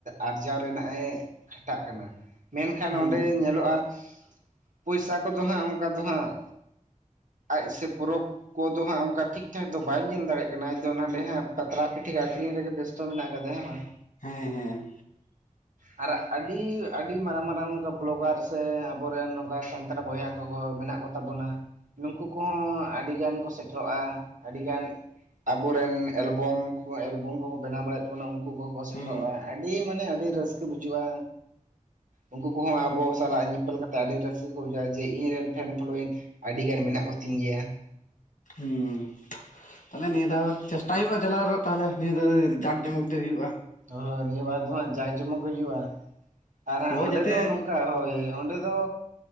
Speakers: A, on the right (about 75°); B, on the left (about 70°).
A: ᱟᱨᱡᱟᱣ ᱨᱮᱱᱟᱜ ᱮ ᱠᱷᱟᱴᱟᱜ ᱠᱟᱱᱟ᱾ ᱢᱮᱱᱠᱷᱟᱱ ᱚᱸᱰᱮ
B: ᱦᱩᱸ
A: ᱧᱮᱞᱚᱜᱼᱟ, ᱯᱚᱭᱥᱟ ᱠᱚᱫᱚ ᱦᱟᱸᱜ ᱚᱝᱠᱟ ᱫᱚ ᱦᱟᱸᱜ ᱟᱡ ᱥᱮ ᱯᱚᱨᱚᱵᱽ ᱠᱚᱫᱚ ᱦᱟᱸᱜ ᱚᱝᱠᱟ ᱴᱷᱤᱠ ᱴᱷᱟᱠ ᱫᱚ ᱵᱟᱭ ᱧᱮᱞ ᱫᱟᱲᱮᱜ ᱠᱟᱱᱟ ᱟᱡᱫᱚ ᱱᱟᱸᱰᱮ ᱦᱟᱸᱜ ᱯᱟᱛᱲᱟ ᱯᱤᱴᱷᱟᱹ ᱟᱠᱷᱨᱤᱧ ᱨᱮᱜᱮ ᱵᱮᱥ ᱛᱚ ᱢᱮᱱᱟᱜ ᱟᱠᱟᱫᱮ ᱦᱮᱸ ᱵᱟᱝ᱾
B: ᱦᱮᱸ ᱦᱮᱸ
A: ᱟᱨ ᱟᱹᱰᱤ ᱟᱹᱰᱤ ᱢᱟᱨᱟᱝ ᱢᱟᱨᱟᱝ ᱚᱝᱠᱟ ᱵᱞᱚᱜᱟᱨ ᱥᱮ ᱟᱵᱚᱨᱮᱱ ᱱᱚᱝᱠᱟ ᱥᱟᱱᱛᱟᱲ ᱵᱚᱭᱦᱟ ᱠᱚ ᱠᱚ ᱢᱮᱱᱟᱜ ᱛᱟᱵᱚᱱᱟ ᱱᱩᱝᱠᱩ ᱠᱚᱦᱚᱸ ᱟᱹᱰᱤ ᱜᱟᱱ ᱠᱚ ᱥᱮᱴᱮᱨᱚᱜᱼᱟ, ᱟᱹᱰᱤᱜᱟᱱ ᱟᱵᱚᱨᱮᱱ ᱮᱞᱵᱚᱢ ᱠᱚ ᱮᱞᱵᱚᱢ ᱠᱚᱠᱚ ᱵᱮᱱᱟᱣ ᱵᱟᱲᱟᱭᱮᱫ ᱚᱱᱮ ᱩᱝᱠᱩ ᱠᱚᱦᱚ ᱠᱚ ᱥᱮᱴᱮᱨᱚᱜᱼᱟ
B: ᱦᱩᱸ
A: ᱟᱹᱰᱤ ᱢᱟᱱᱮ ᱟᱹᱰᱤ ᱨᱟᱹᱥᱠᱟᱹ ᱵᱩᱡᱩᱜᱼᱟ᱾ ᱩᱝᱠᱩ ᱠᱚᱦᱚᱸ ᱟᱵᱚ ᱥᱟᱞᱟᱜ ᱧᱮ ᱠᱷᱮᱞ ᱠᱟᱛᱮ ᱟᱹᱰᱤ ᱨᱟᱹᱥᱠᱟᱹ ᱠᱚ ᱵᱩᱡᱷᱟᱹᱣᱟ ᱡᱮ, ᱤᱧ ᱨᱮᱱ ᱯᱷᱮᱱ ᱯᱷᱳᱞᱳᱭᱤᱝ ᱟᱹᱰᱤ ᱜᱟᱱ ᱢᱮᱱᱟᱜ ᱠᱚᱛᱤᱧ ᱜᱮᱭᱟ᱾
B: ᱦᱩᱸ ᱛᱟᱞᱮ ᱱᱤᱭᱟᱹ ᱫᱷᱟᱣ ᱪᱮᱥᱴᱟᱭ ᱦᱩᱭᱩᱜᱟ ᱪᱟᱞᱟᱣ ᱨᱮᱱᱟᱜ ᱛᱟᱦᱞᱮ ᱱᱤᱭᱟᱹ ᱫᱷᱟ ᱡᱟᱠ ᱡᱚᱢᱚᱠ ᱜᱤ ᱦᱩᱭᱩᱜᱼᱟ᱾
A: ᱦᱳ ᱱᱤᱭᱟᱹ ᱵᱟᱨ ᱫᱚ ᱦᱟᱸᱜ ᱡᱟᱭ ᱡᱚᱢᱚᱠ ᱜᱮ ᱦᱩᱭᱩᱜᱟ, ᱟᱨ ᱦᱟᱸᱜ
B: ᱦᱳᱭ
A: ᱚᱸᱰᱮ
B: ᱡᱟᱛᱮ
A: ᱫᱚ ᱱᱚᱝᱠᱟ ᱦᱳᱭ ᱚᱸᱰᱮ ᱫᱚ